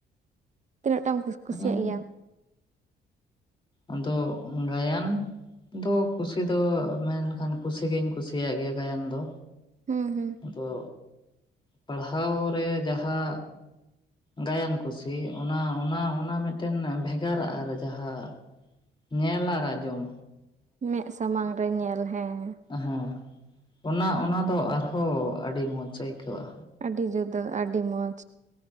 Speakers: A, on the right; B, on the left.
A: ᱛᱤᱱᱟᱹᱜ ᱴᱟᱢ ᱠᱩ ᱠᱩᱥᱤᱭᱟᱜ
B: ᱦᱮᱸ
A: ᱜᱮᱭᱟᱢ?
B: ᱟᱫᱚ ᱜᱟᱭᱟᱱ? ᱤᱧ ᱫᱚ ᱠᱩᱥᱤ ᱫᱚ ᱢᱮᱱ ᱠᱷᱟᱱ ᱠᱩᱥᱤ ᱜᱤᱧ ᱠᱩᱥᱤᱭᱟᱜ ᱜᱮᱭᱟ ᱜᱟᱭᱟᱱ ᱫᱚ᱾
A: ᱦᱩᱸ ᱦᱩᱸ᱾
B: ᱟᱫᱚ, ᱯᱟᱲᱦᱟᱣ ᱨᱮ ᱡᱟᱦᱟ, ᱜᱟᱭᱟᱱ ᱠᱩᱥᱤ ᱚᱱᱟ ᱚᱱᱟ ᱚᱱᱟ ᱢᱤᱫᱴᱮᱱ ᱵᱷᱮᱜᱟᱨᱟᱜ ᱟᱨ ᱡᱟᱦᱟ ᱧᱮᱞ ᱟᱨ ᱟᱡᱚᱢ᱾
A: ᱢᱮᱜ ᱥᱟᱢᱟᱝ ᱨᱮ ᱧᱮᱞ ᱦᱮᱸ
B: ᱦᱮᱸ ᱚᱱᱟ ᱚᱱᱟ ᱫᱚ ᱟᱨᱦᱚᱸ ᱟᱹᱰᱤ ᱢᱚᱡᱽ ᱟᱹᱭᱠᱟᱹᱜᱼᱟ᱾
A: ᱟᱹᱰᱤ ᱡᱩᱫᱟᱹ ᱟᱹᱰᱤ ᱢᱚᱡᱽ᱾